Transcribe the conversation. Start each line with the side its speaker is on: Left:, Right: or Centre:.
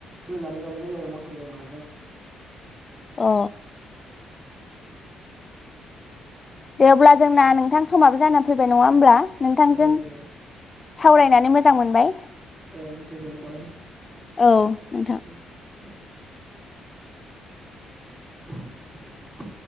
Right: बोनानै गायनाय जायो आरो मटरजों माजों।
Left: अ दे अब्ला जोंना नोंथां समाबो जाना फैबाय नङा होमब्ला। नोंथांजों
Right: ओं दे
Left: सावरायनानै मोज जां मोनबाय।
Right: ओं गोजोननाय थाबाय।
Left: औ नोंथां
Right: दे <inaudible>